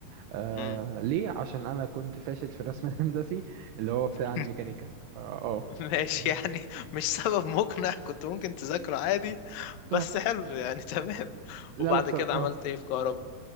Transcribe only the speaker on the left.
امم
<laughs>
ماشي
يعني مش سبب مقنع كنت ممكن تذاكره عادي بس
حلو يعني <laughs> تمام
وبعد
كده عملت
ايه في كهرباء؟